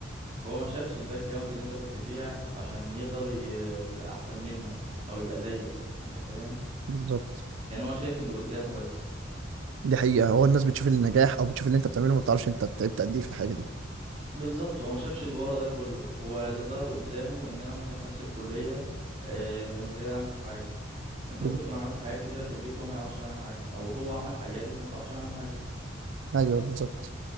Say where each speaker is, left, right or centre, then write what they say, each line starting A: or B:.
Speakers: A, on the right (about 30°); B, on the right (about 75°).
A: هو ما شافش الباك جراوند اللي أنت كنت فيها عشان يقدر ي- يبقى أحسن منك أو يبقى زيك أنت فاهم
B: بالظبط
A: يعني هو شايف اللي قدامه بس
B: دي حقيقة هو الناس بتشوف النجاح أو بتشوف اللي أنت بتعمله ما بتعرفش أنت تعبت قد إيه في الحاجة دي
A: بالظبط هو ما شافش اللي ورا ده كله هو اللي ظاهر قدامه إن أنا وأنت في نفس الكلية آه، أنت مش زيادة عني في حاجة انت
B: بال-
A: ممكن تكون عملت حاجات كتيرة في البيت وهو ما يعرفش عنها حاجة او هو عمل حاجات انت ما تعرفش عنها حاجة
B: أيوه بالظبط